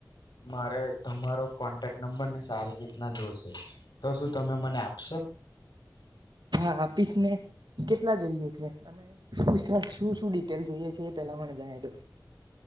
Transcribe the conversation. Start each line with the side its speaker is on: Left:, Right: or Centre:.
Left: મારે તમારો કોન્ટેક્ટ નંબર ને સારી રીતના જોશે. તો સુ આપશો?
Right: હા આપીશ ને કેટલા જોઈએ છે શું શું શું ટેલ જોઈએ છે એ પેલા મને જણ દો